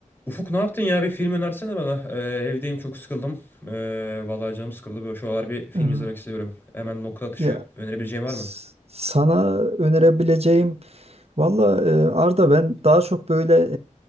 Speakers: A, on the left; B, on the right.
A: Ufuk ne yaptın ya? Bir film önersene bana. Ee, evdeyim çok sıkıldım. Ee, vallahi canım sıkıldı. Böyle şu aralar bir film
B: Ee,
A: izlemek istiyorum. Hemen nokta atışı
B: Ya
A: önerebileceğin var
B: S-
A: mı?
B: Sana önerebileceğim valla e, Arda ben daha çok böyle